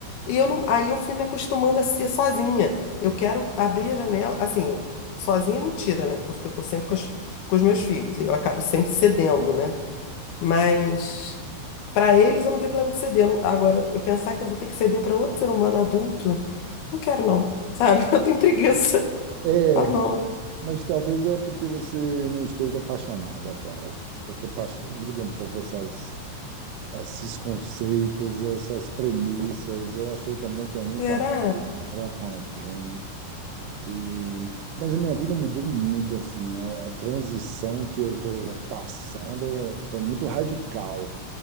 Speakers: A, on the left (about 70°); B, on the right (about 80°).
A: e eu não, aí eu fui me acostumando a ser sozinha. Eu quero abrir a janela, assim, Sozinha é mentira, né? Porque eu tô sempre com, as- com os meus filhos e eu acabo sempre cedendo, né? Mas pra eles eu não tenho problema de ceder. Eu não- Agora, eu pensar que eu vou ter que ceder pra outro ser humano adulto, não quero não, sabe? <laughs> Eu tenho preguiça.
B: É,
A: Falo, não.
B: mas talvez é porque você não esteja apaixonado agora. Porque paixão muda um pouco essas, esses conceitos, essas premissas. Eu achei também que eu nunca
A: Será?
B: ia morar com alguém. E... Mas a minha vida mudou muito, assim. A, a transição que eu estou passando foi muito radical.